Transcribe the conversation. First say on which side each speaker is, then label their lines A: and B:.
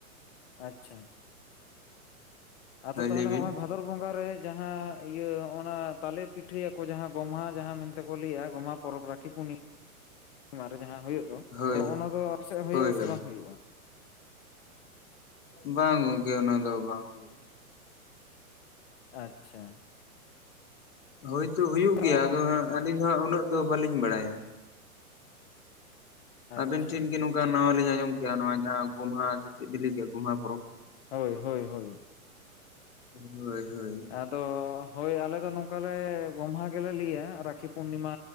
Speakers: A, on the left; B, on the left.
A: ᱟᱪᱷᱟ ᱟᱫᱚ
B: ᱦᱳᱭ
A: ᱛᱟᱦᱚᱞᱮ
B: ᱞᱟᱹᱭ ᱵᱤᱱ
A: ᱦᱚᱜᱼᱚᱭ ᱵᱷᱟᱫ᱾ ᱵᱷᱟᱫᱚᱨ ᱵᱚᱸᱜᱟ ᱨᱮ ᱡᱟᱦᱟ ᱤᱭᱟᱹ ᱚᱱᱟ ᱛᱟᱞᱮ ᱯᱤᱴᱷᱟᱹᱭᱟᱠᱚ ᱡᱟᱦᱟ ᱜᱚᱢᱦᱟ ᱡᱟᱦᱟ ᱢᱮᱱᱛᱮ ᱠᱚ ᱞᱟᱹᱭᱮᱫᱼᱟ ᱜᱚᱢᱦᱟ᱾ ᱯᱚᱨᱚᱵᱽ ᱨᱟᱠᱷᱤ ᱯᱩᱱᱤᱢᱟ ᱨᱮ ᱡᱟᱦᱟ ᱦᱩᱭᱩᱜ ᱫᱚ
B: ᱦᱳᱭ
A: ᱟᱫᱚ ᱚᱱᱟ ᱫᱚ ᱟᱯᱮ ᱥᱮᱫ ᱦᱩᱭᱩᱜ
B: ᱦᱳᱭ
A: ᱟ ᱥᱮ
B: ᱦᱳᱭ
A: ᱵᱟᱝ ᱦᱩᱭᱩᱜᱼᱟ?
B: ᱵᱟᱝ ᱜᱚᱝᱠᱮ ᱚᱱᱟ ᱫᱚ ᱵᱟᱝ ᱦᱩᱭᱩᱜᱼᱟ᱾
A: ᱟᱪᱪᱷᱟ
B: ᱦᱳᱭᱛᱳ ᱦᱩᱭᱩᱜ
A: ᱱᱚᱜᱼᱚ
B: ᱜᱮᱭᱟ
A: ᱱᱚᱝ
B: ᱟᱫᱚ ᱦᱟᱸᱜ ᱟᱹᱞᱤᱧ ᱫᱚ ᱦᱟᱸᱜ ᱩᱱᱟᱹᱜ ᱫᱚ ᱵᱟᱟᱹᱞᱤᱧ ᱵᱟᱲᱟᱭᱟ᱾
A: ᱟᱪᱪᱷᱟ
B: ᱟᱵᱤᱱ ᱴᱷᱮᱱ ᱜᱮ ᱱᱚᱝᱠᱟ ᱱᱟᱣᱟᱤᱧ ᱟᱫᱚᱡ ᱠᱮᱭᱟ ᱱᱚᱣᱟ ᱡᱟᱦᱟᱸ ᱜᱚᱢᱦᱟ ᱥᱮ ᱪᱮᱫ ᱵᱤᱱ ᱞᱟᱹᱭ ᱠᱮᱫᱟ ᱜᱚᱢᱦᱟ ᱯᱚᱨᱚᱵᱽ
A: ᱦᱳᱭ ᱦᱳᱭ ᱦᱳᱭ
B: ᱦᱳᱭ ᱦᱳᱭ
A: ᱟᱫᱚ ᱦᱳᱭ ᱟᱞᱮ ᱫᱚ ᱱᱚᱝᱠᱟ ᱚᱠᱟ ᱞᱮ ᱜᱚᱢᱦᱟ ᱜᱮᱞᱮ ᱞᱟᱹᱭᱟ ᱨᱟᱠᱷᱤ ᱯᱩᱨᱱᱤᱢᱟ